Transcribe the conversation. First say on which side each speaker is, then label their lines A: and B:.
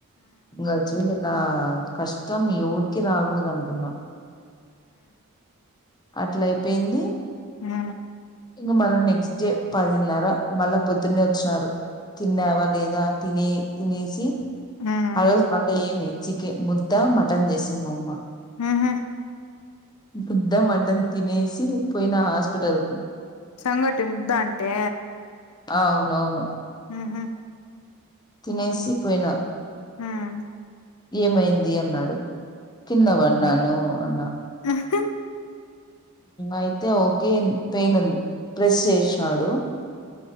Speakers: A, on the left (about 20°); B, on the left (about 80°).
A: ఇంగ చూడు ఆ కష్టం ఎవరికీ రాగుడదనుకున్నా. అట్లయిపోయింది,
B: ఉ
A: ఇంక మళ్ళా నెక్స్ట్ నెక్స్ట్ డే పదిన్నర మళ్ళా పొద్దున్నే వచ్చినారు. తిన్నావా లేదా? తినే తినేసి
B: ఉ ఉ
A: ఆ రోజు మళ్ళా ఏమి చికెన్ ముద్ద, మటన్ చేసింది మమ్మ.
B: ఉహు
A: బుద్ద మటన్ తినేసి పోయిన హాస్పిటల్ కు
B: సంగటి ముద్ద అంటే
A: అవునవును
B: ఉహు
A: తినేసి పోయినా
B: హ్మ్
A: ఏమైంది అన్నాడు కింద పడిన్నాను అన్నా
B: వ
A: అయితే ఓకే పెయిన్ ఉంది ప్రెస్ చేసినాడు